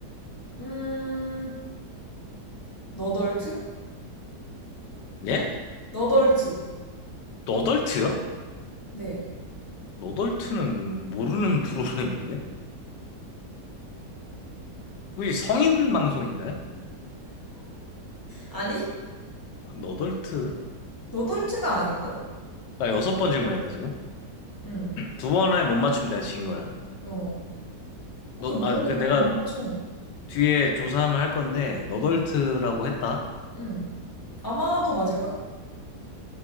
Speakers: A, on the left; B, on the left.
A: 음, 너덜트?
B: 예?
A: 너덜트.
B: 너덜트요?
A: 네.
B: 너덜트는 모르는 <laughs> 프로그램인데? 혹시 성인 방송인가요?
A: 아니?
B: 아, 너덜트?
A: 너 돌체가 아닌가?
B: 나 여섯 번 질문했다, 지금.
A: 응.
B: 두 번에 못 맞추면 내가 진 거야.
A: 어.
B: 너,
A: 그못
B: 아, 그
A: 그렇게
B: 내가
A: 못 맞춰.
B: 뒤에 조사를 할 건데, 너덜트라고
A: 응.
B: 했다.
A: 응. 아마도 맞을걸?